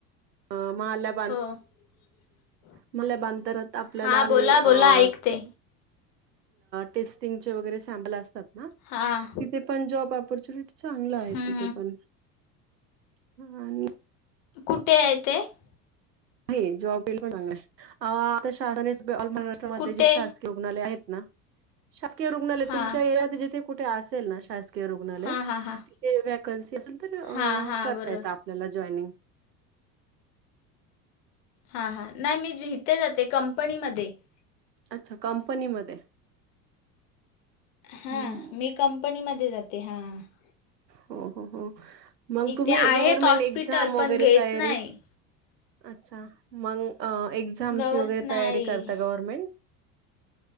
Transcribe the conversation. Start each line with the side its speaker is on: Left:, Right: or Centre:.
Right: ह माला <unintelligible>
Left: हो <unintelligible>
Right: म्हणल्या बांतरात आपल्याला
Left: हां
Right: जे
Left: बोला
Right: अ
Left: बोला ऐकते
Right: <unintelligible> टेस्टिंगचे वगैरे सॅमप असतात ना
Left: हां
Right: त <unintelligible> ते पण जॉब पॉर्चुनिटी चांगला आहे
Left: हं.
Right: तिथे पण <unintelligible>
Left: कुठे ऐ ते <unintelligible>
Right: ह जॉब बलय आता शास महाराष्ट्रामध्ये
Left: कुठे
Right: ज शासकीय रुग्णालय आहेत ना शासकीय रुग्णालय
Left: हां
Right: तुमच्या यात जिथे कुठे असेल ना शासकीय रुग्णालय
Left: हां
Right: <unintelligible>
Left: हां हां
Right: ते वॅकन्सी असेल तर
Left: हां हां
Right: करता
Left: बरोबर
Right: येत आपल्याला जॉईनिंग <unintelligible>
Left: हां हां नाही मी ज इथे जाते कंपनीमध्ये <unintelligible>
Right: अच्छा कंपनीमध्ये <unintelligible>
Left: हा
Right: हम्म
Left: मी कंपनीमध्ये जाते हा <unintelligible>
Right: हो हो हो मग
Left: इथे
Right: तुम्ही
Left: आहेत
Right: गव्हर्मेंट
Left: हॉस्पिटल
Right: एक्झाम वगैरे
Left: पण घेत
Right: तयारी
Left: नाही
Right: <unintelligible> अच्छ मग एझामची
Left: गवर
Right: वगरे तयारी
Left: नाही
Right: करता गव्हर्मेंट <unintelligible>